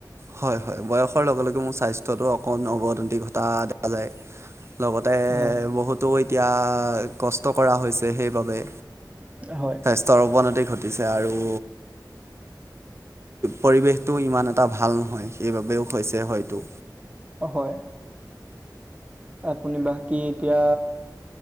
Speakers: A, on the right; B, on the right.
A: হয় হয় বয়সৰ লগে লগে মোৰ স্বাস্থ্যটো অকণমান অৱদতি ঘটা দেখা যায়। লগতে
B: হয়
A: বহুতো এতিয়া কষ্ট কৰা হৈছে সেইবাবে।
B: হয়
A: সৰৱনতি ঘটিছে আৰু পৰিৱেশটো ইমান এটা ভাল নহয় সেইবাবেও হৈছে হয়তো
B: অ হয় আপুনি বাকী এতিয়া